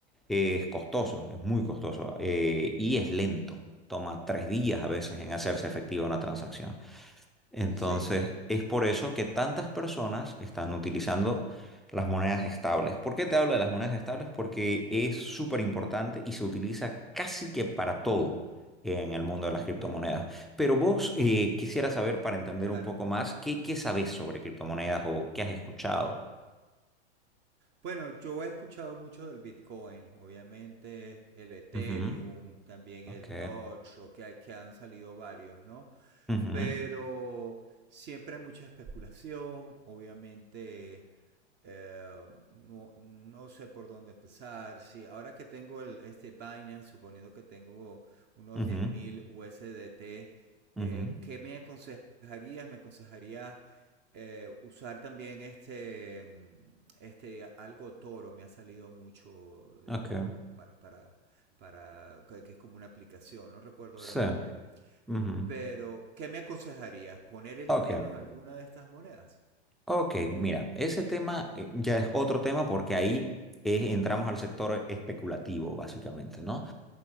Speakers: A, in the centre; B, on the right (about 30°).
A: es costoso, es muy costoso eh, y es lento. Toma tres días
B: Eh,
A: a veces en hacerse efectiva una transacción. Entonces,
B: sí.
A: es por eso que tantas personas están utilizando las monedas estables. ¿Por qué te hablo de las monedas estables? Porque es súper importante y se utiliza casi que para todo en el mundo de las
B: Ujú.
A: criptomonedas. Pero vos eh, quisiera saber, para entender
B: Claro.
A: un poco más, ¿qué, qué sabés sobre criptomonedas o qué has escuchado?
B: Bueno, yo he escuchado mucho del Bitcoin, obviamente el Ethereum,
A: Ujú,
B: también
A: Ok.
B: el Doge, o que, hay- que han salido varios, ¿no?
A: Ujú,
B: Pero siempre hay mucha especulación, obviamente eh, no, no sé por dónde empezar. Sí, ahora que tengo el, este Binance, suponiendo que tengo unos
A: ujú,
B: 10.000 USDT,
A: ujú,
B: eh, ¿qué me aconsejarías? ¿Me aconsejarías eh, usar también este, mm, este algo toro me ha salido mucho de-
A: Ok.
B: como para, para, para- que que es como una aplicación, no recuerdo
A: Sí.
B: ahora el nombre.
A: ujú,
B: Pero, ¿qué me aconsejarías? ¿Poner el
A: Ok.
B: dinero en alguna de estas monedas?
A: Ok, mira, ese tema eh, ya es otro tema porque ahí eh, entramos al sector especulativo, básicamente, ¿no?